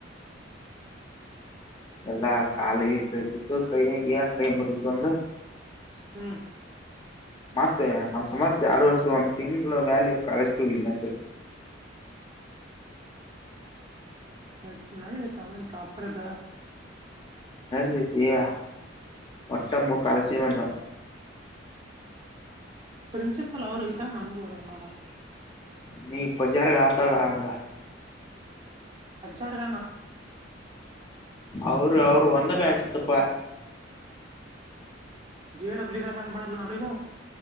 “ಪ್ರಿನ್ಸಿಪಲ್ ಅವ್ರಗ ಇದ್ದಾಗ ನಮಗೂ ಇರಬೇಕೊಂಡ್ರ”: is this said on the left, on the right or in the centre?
Right